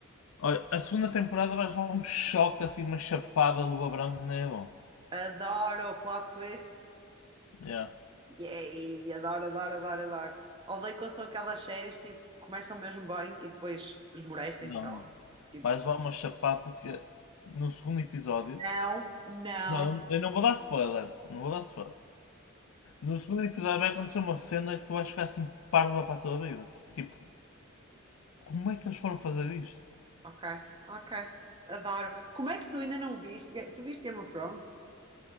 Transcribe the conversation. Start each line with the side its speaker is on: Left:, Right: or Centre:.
Left: Olha, a segunda temporada vais levar um choque assim, uma chapada de luva branca que nem é bom.
Right: Adoro o plot twist.
Left: Yeah.
Right: Yay, adoro, adoro, adoro, adoro. Odeio quando são aquelas séries tipo, começam mesmo bem e depois esmorecem
Left: Não,
Right: só.
Left: não.
Right: Tipo,
Left: Vais levar uma chapada porque no segundo episódio.
Right: não, não.
Left: Não, eu não vou dar spoiler. Não vou dar spoiler. No segundo episódio vai acontecer uma cena que tu vais ficar assim parva para a tua vida. Tipo, como é que eles foram fazer isto?
Right: Ok, ok. Adoro. Como é que tu ainda não viste? Ga- Tu viste Game of Thrones?